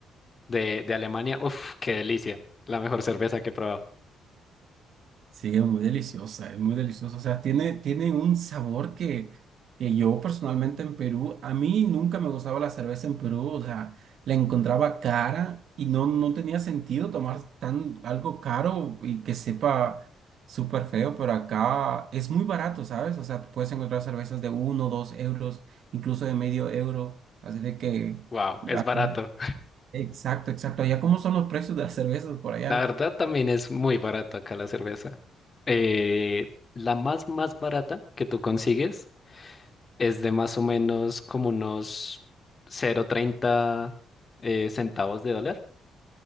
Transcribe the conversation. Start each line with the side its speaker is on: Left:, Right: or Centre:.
Left: de, de Alemania. Uf, qué delicia. La mejor cerveza que he probado.
Right: Sí, es muy deliciosa, es muy deliciosa. O sea, tiene, tiene un sabor que, que yo personalmente en Perú, a mí nunca me gustaba la cerveza en Perú. O sea, la encontraba cara y no, no tenía sentido tomar tan algo caro y que sepa súper feo, pero acá es muy barato, ¿sabes? O sea, tú puedes encontrar cervezas de uno, dos euros, incluso de medio euro. Así de que...
Left: Wow,
Right: la-
Left: es barato.
Right: Exacto, exacto. Allá, ¿cómo son los precios de las cervezas
Left: <laughs>
Right: por allá?
Left: La verdad también es muy barato acá la cerveza. Eh, la más, más barata que tú consigues. es de más o menos como unos 0.30 eh, centavos de dólar,